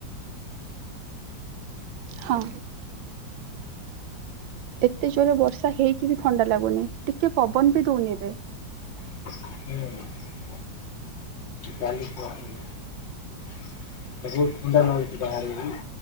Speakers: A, on the right (about 85°); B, on the left (about 80°).
A: ହଁ। ଏତେ ଜୋରରେ ବର୍ଷା ହେଇକି ବି ଥଣ୍ଡା ଲାଗୁନି, ଟିକେ ପବନ ବି ଦଉନି ଏବେ।
B: <inaudible> କାଲି ଫୋନ୍ <inaudible> ବହୁତ ଥଣ୍ଡା ନାଗୁଚି ବାହାରେ ବି।